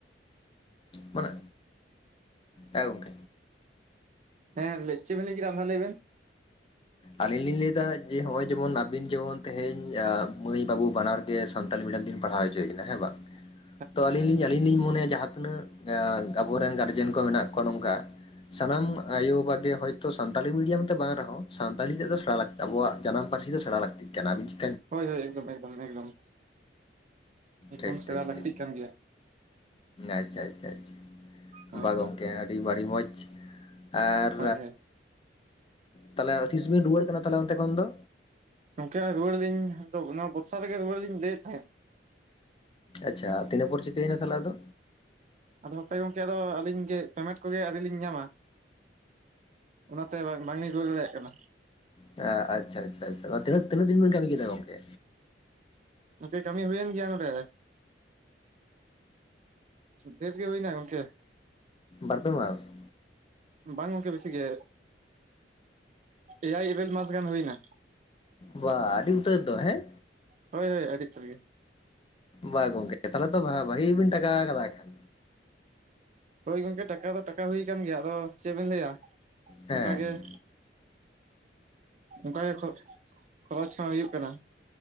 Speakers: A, on the left (about 30°); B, on the right (about 40°).
A: ᱢᱟᱱᱮ ᱮ ᱜᱚᱝᱠ᱾
B: ᱦᱮᱸᱟᱹᱭ ᱪᱮᱫ ᱵᱮᱱᱤ ᱞᱟᱹᱭ ᱠᱮᱫᱟ ᱟᱨ ᱢᱤᱫ ᱫᱷᱟᱣ ᱞᱟ. ᱭ ᱵᱮᱱ?
A: ᱟᱞᱤᱧ ᱞᱤᱧ ᱞᱟᱹᱭᱮᱫᱟ ᱡᱮ ᱦᱚᱸᱜ ᱚᱭ ᱡᱮᱢᱚᱱ ᱟᱵᱤᱱ ᱡᱮᱢᱚᱱ ᱛᱮᱦᱮᱧ ᱢᱟᱹᱭ ᱵᱟᱹᱵᱩ ᱵᱟᱱᱟᱨ ᱜᱮᱸ ᱥᱟᱱᱛᱤ ᱢᱤᱰᱤᱭᱟᱢ ᱛᱮᱵᱤᱱ ᱯᱟᱲᱦᱟᱣ ᱦᱚᱪᱚᱭᱮᱱᱟ ᱦᱮᱸ ᱵᱟᱝ
B: <inaudible>
A: ᱛᱚ ᱟᱞᱤᱧ ᱞᱤᱧ ᱟᱞᱤᱧ ᱞᱤᱧ ᱢᱚᱱᱮᱭᱟ ᱡᱟᱦᱟᱸ ᱛᱤᱱᱟᱹᱜ ᱟᱵᱚᱨᱮᱱ ᱜᱟᱨᱡᱮᱱ ᱠᱚ ᱢᱮᱱᱟᱜ ᱠᱚᱣᱟ ᱱᱚᱝᱠᱟ‍᱾ ᱥᱟᱱᱟᱢ ᱟᱭᱳ ᱵᱟᱵᱟᱜ ᱜᱮᱸ ᱦᱚᱭᱛᱚ ᱥᱟᱱᱛᱟᱞᱤ ᱢᱤᱰᱤᱭᱟᱢ ᱛᱮ ᱵᱟᱝ ᱨᱮᱦᱚᱸ ᱥᱟᱱᱛᱟᱞᱤ ᱛᱮᱫ ᱫᱚ ᱥᱮᱸᱬᱟ ᱞᱟᱹᱠᱛᱤ ᱟᱵᱚᱣᱟᱜ ᱡᱟᱱᱟᱢ ᱯᱟᱹᱨᱥᱤ ᱫᱚ ᱥᱮᱸᱬᱲ ᱞᱟᱹᱠᱛᱤᱜ ᱠᱟᱱᱟ ᱟᱵᱤᱱ ᱪᱮ?
B: ᱦᱳᱭ ᱦᱳᱭ ᱮᱠᱫᱚᱢ ᱮᱠᱫᱚᱢ ᱮᱠᱫᱚᱢ ᱮᱠᱫᱚᱢ
A: ᱴᱷᱤᱠ
B: ᱥᱮᱬᱟ
A: ᱴᱷᱤᱠ
B: ᱞᱟᱹᱠᱛᱤᱜ
A: ᱴᱷᱤᱠ
B: ᱠᱟᱱ ᱜᱮᱭᱟ
A: ᱟᱪᱪᱷᱟ ᱟᱪᱪᱷᱟ ᱟᱪᱪᱷ᱾
B: ᱦᱳᱭ
A: ᱵᱟᱝ
B: ᱦᱳᱭ
A: ᱜᱚᱝᱠᱮ ᱟᱹᱰᱤ ᱵᱟᱹᱰᱤ ᱢᱚᱸᱡᱽ ᱟᱨ
B: ᱦᱳᱭ ᱦᱳᱭ
A: ᱛᱟᱦᱚᱞᱮ ᱛᱤᱥ ᱵᱮᱱ ᱨᱩᱣᱟᱹᱲ ᱠᱟᱱᱟ ᱛᱟᱦᱞᱮ ᱚᱱᱛᱮ ᱠᱷᱚᱱ ᱫᱚ?
B: ᱱᱚᱝᱠᱮ ᱨᱩᱣᱟᱹᱲ ᱞᱤᱧ ᱱᱚᱣᱟ ᱵᱚᱨᱥᱟ ᱨᱮᱜᱮ ᱨᱩᱣᱟᱹᱲ ᱞᱤᱧ ᱞᱟᱹᱭᱮᱫ ᱛᱟᱦᱮᱸᱫ᱾
A: ᱟᱪᱪᱷᱟ ᱛᱤᱱᱟᱹ ᱯᱚᱨ ᱪᱮᱭᱮᱱᱟ ᱛᱟᱦᱚᱞᱮ ᱟᱫᱚ?
B: ᱟᱫᱚ ᱦᱟᱯᱮ ᱜᱚᱝᱠᱮ ᱟᱫᱚ ᱟᱹᱞᱤᱧ ᱜᱮ ᱯᱮᱢᱮᱱᱴ ᱠᱚᱜᱮ ᱟᱹᱨᱤᱞᱤᱧ ᱧᱟᱢᱟ ᱚᱱᱟᱛᱮ ᱵᱟᱝ ᱵᱟᱝ ᱧᱤᱧ ᱨᱩᱭᱟᱟᱹᱲ ᱫᱟᱲᱮᱭᱟᱜ ᱠᱟᱱᱟ᱾
A: ᱮᱸ ᱟᱪᱪᱷᱟ ᱟᱪᱪᱷᱟ ᱴᱟ. ᱱᱟᱜ ᱛᱤᱱᱟᱹᱜ ᱫᱤᱱ ᱵᱤᱱ ᱠᱟᱹᱢᱤ ᱠᱮᱫᱟ ᱜᱚᱝᱠᱮ?
B: ᱜᱚᱝᱠᱮ ᱠᱟᱹᱢᱤ ᱦᱩᱭᱮᱱ ᱜᱮᱭᱟ ᱱᱚᱰᱮ ᱴᱮᱨ ᱜᱮᱸ ᱦᱩᱭᱱᱟ ᱜᱚᱝᱠᱮ
A: ᱵᱟᱨ ᱯᱮ ᱢᱟᱥ?
B: ᱵᱟᱝ ᱜᱚᱝᱠᱮ ᱵᱮᱥᱤ ᱜᱮ᱾ ᱮᱭᱟᱭ ᱤᱨᱟᱹᱞ ᱢᱟᱥ ᱜᱟᱱ ᱦᱩᱭᱱᱟ‍᱾
A: ᱵᱟ ᱟᱹᱰᱤ ᱩᱛᱟᱹᱨ ᱫᱚ ᱦᱮᱸ?
B: ᱦᱳᱭ ᱦᱳᱭ ᱟᱹᱰᱤ ᱩᱛᱟᱹᱨ ᱜᱮ᱾
A: ᱵᱟ ᱜᱚᱝᱠᱮ ᱛᱟᱦᱮ ᱛᱚ ᱵᱷᱟ ᱵᱷᱟᱜᱮᱵᱤᱱ ᱴᱟᱠᱟ ᱠᱟᱫᱟ ᱟᱠᱷᱟᱱ?
B: ᱦᱳᱭ ᱜᱚᱝᱠᱮ ᱴᱟᱠᱟ ᱫᱚ ᱴᱟᱠᱟ ᱦᱩᱭ ᱟᱠᱟᱱ ᱜᱮᱭᱟ ᱟᱫᱚ ᱪᱮᱫ ᱵᱮᱤᱱ ᱞᱟᱹᱭᱟ
A: ᱦᱮᱸ
B: ᱚᱱᱠ ᱜᱮᱸ ᱚᱱᱠᱟ ᱜᱮ ᱠᱷᱚ ᱠᱷᱚᱨᱚᱪ ᱦᱚᱸ ᱦᱩᱭᱩᱜ ᱠᱟᱱᱟ